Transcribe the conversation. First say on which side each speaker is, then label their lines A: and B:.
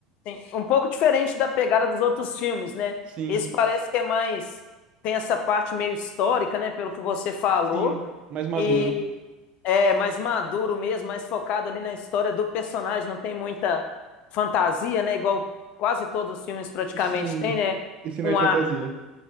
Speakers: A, on the left (about 50°); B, on the right (about 40°).
A: sim. Um pouco diferente da pegada dos outros filmes, né?
B: Sim,
A: Esse parece que é mais. Tem essa parte meio histórica, né? Pelo que você falou.
B: sim, mais maduro.
A: E é mais maduro mesmo, mais focado ali na história do personagem, não tem muita fantasia, né? Igual quase todos os filmes praticamente
B: Sim,
A: tem, né?
B: esse
A: Um
B: não é de
A: ar.
B: fantasia.